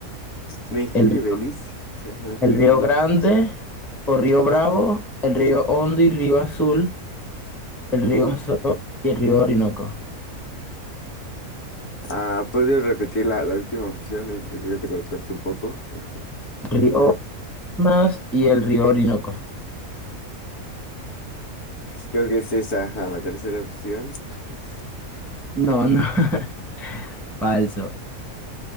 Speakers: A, on the left; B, in the centre.
A: México
B: El río,
A: y Belice. Ajá.
B: el río Grande o Río Bravo, el río Hondo y Río Azul, el río Amazonas y el río Orinoco.
A: Ah, ¿podrías repetir la, la última opción? Ahí Creo que te cortaste un poco. Ajá.
B: Río Amazonas y el río Orinoco.
A: Creo que es esa, ajá, la tercera opción. Es-
B: No, no, <laughs> falso.